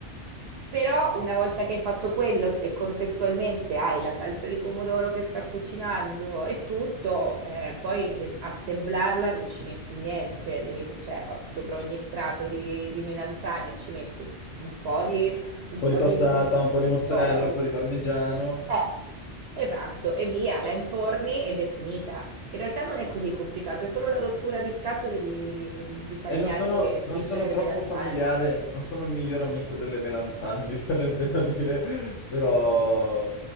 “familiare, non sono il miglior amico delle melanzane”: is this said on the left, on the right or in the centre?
Left